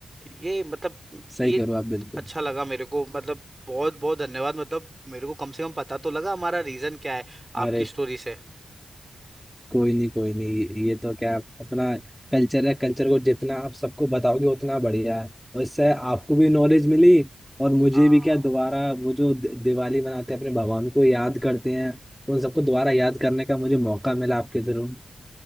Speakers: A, on the right (about 20°); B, in the centre.
A: ये मतलब
B: सही
A: ये
B: कह रहे हो आप बिल्कुल
A: अच्छा लगा मेरे को मतलब बहुत बहुत धन्यवाद मतलब मेरे को कम से कम पता तो लगा हमारा रीजन क्या है
B: अरे
A: आपकी स्टोरी से
B: कोई नहीं कोई नहीं ये ये तो क्या अपना कल्चर है कल्चर को जितना आप सबको बताओगे उतना बढ़िया है और इससे आपको भी नॉलेज मिली और मुझे
A: हाँ
B: भी क्या दोबारा वो जो दि- दिवाली मनाते हैं अपने भगवान को याद करते हैं उन सबको दोबारा याद करने का मुझे मौका मिला आपके थ्रू